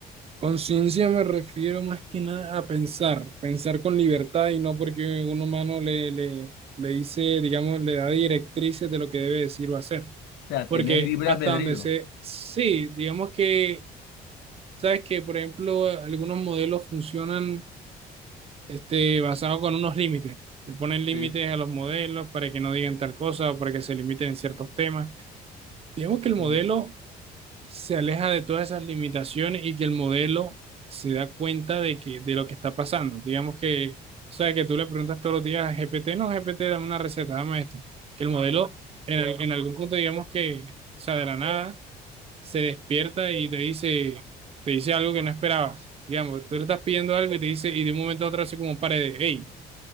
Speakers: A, on the right; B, on the left.
A: Conciencia me refiero más que nada a pensar, pensar con libertad y no porque un humano le, le, le dice, digamos, le da directrices de lo que debe decir o hacer.
B: O sea,
A: Porque
B: tener libre
A: hasta
B: albedrío.
A: donde sé, sí, digamos que, sabes que, por ejemplo, algunos modelos funcionan este, basados con unos límites. Le ponen límites
B: Sí.
A: a los modelos para que no digan tal cosa para que se limiten en ciertos temas. Digamos que el modelo
B: Mm.
A: se aleja de todas esas limitaciones y que el modelo se da cuenta de que de lo que está pasando. Digamos que, o sea, que tú le preguntas todos los días a GPT, no, GPT, dame una receta, dame esto. Que el modelo, en, al- en algún punto, digamos que, o sea, de la nada, se despierta y te dice, te dice algo que no esperabas. Digamos, tú le estás pidiendo algo y te dice, y de un momento a otro hace como un par de, hey,